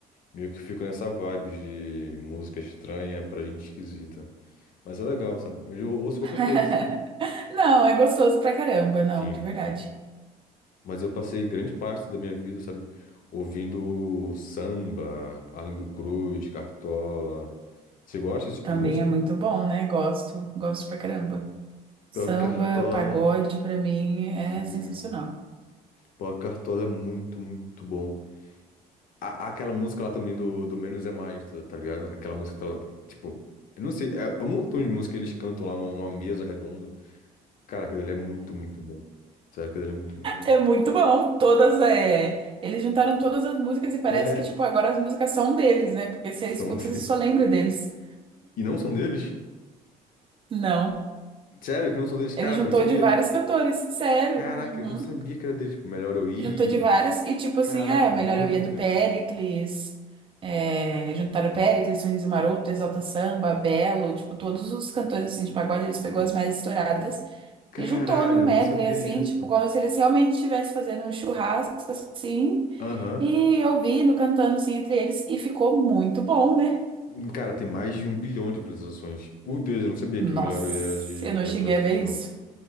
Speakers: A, on the left; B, on the right.
A: Meio que fico nessa vibe de música estranha pra gente esquisita. Mas é legal, sabe? Mas eu ouço qualquer
B: <laughs>
A: coisa, assim.
B: Não, é gostoso pra caramba, não,
A: Sim.
B: de verdade.
A: Mas eu passei grande parte da minha vida, sabe, ouvindo samba, Arlindo Cruz, Cartola. Você gosta desse tipo
B: Também
A: de música?
B: é muito bom, né? Gosto, gosto pra caramba. Samba,
A: Pior que Cartola,
B: pagode, pra mim é
A: sim.
B: sensacional.
A: Pior que Cartola é muito, muito bom. A, aquela música lá também do, do Menos é Mais, tá, tá ligado? Aquela música que tá lá, tipo, eu não sei, é, é um montão de música que eles cantam lá numa, numa mesa redonda. Cara, aquilo ali é muito, muito bom. Sério, aquilo ali é muito, muito bom.
B: É muito bom. Todas é. Eles juntaram todas as músicas e parece
A: É,
B: que, tipo, agora as músicas são deles, né? Porque você
A: são
B: escuta,
A: <laughs>
B: você
A: dele.
B: só lembra deles.
A: E não são deles?
B: Não.
A: Sério que não são deles? Caraca,
B: Ele juntou
A: eu não sabia.
B: de vários cantores. Sério.
A: Caraca,
B: Uhum.
A: eu não sabia que era deles. Tipo, melhor eu ir.
B: Juntou de várias. E, tipo assim,
A: Caraca,
B: é, Melhor
A: não juro
B: Eu
A: que
B: Ia
A: eu não sabia.
B: do Péricles. É, juntaram o Péricles, Sorriso Maroto, Exalta Samba, Belo. Tipo, todos os cantores, assim, de pagode, eles pegou as mais estouradas.
A: Caralho,
B: E juntou num medley,
A: eu não sabia
B: assim,
A: disso.
B: tipo, como se eles realmente estivessem fazendo um churrasco, assim,
A: Aham.
B: e ouvindo, cantando, assim, entre eles, e ficou muito bom, né?
A: Hum, Cara, tem mais de um bilhão de visualizações. Meu Deus, eu não sabia que
B: Nossa,
A: o melhor eu ir era de,
B: eu não
A: de outro
B: cheguei
A: artista,
B: a ver isso.
A: não.